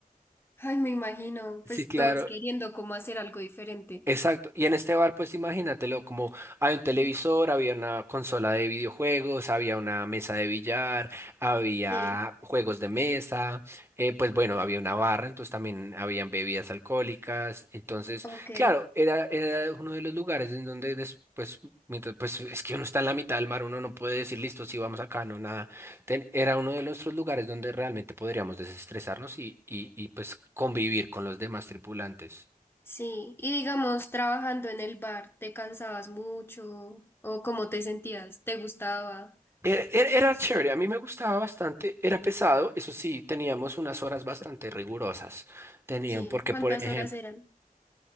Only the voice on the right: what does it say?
Sí,
claro.
Exacto, y en este bar pues imagínatelo, como había un televisor, había una consola de videojuegos, había una mesa de billar, había
juegos de mesa, eh, pues bueno, había una barra, entonces también habían bebidas alcohólicas, entonces
claro, era, era uno de los lugares en donde después, mientras, pues es que uno está en la mitad del mar, uno no puede decir listo, sí vamos acá, no nada, Ten- era uno de nuestros lugares donde realmente podríamos desestresarnos y, y, y pues convivir con los demás tripulantes.
Era, era- era chévere, a mí me gustaba bastante, era pesado, eso sí, teníamos unas horas bastante rigurosas. Tenían,
porque
por ejemplo,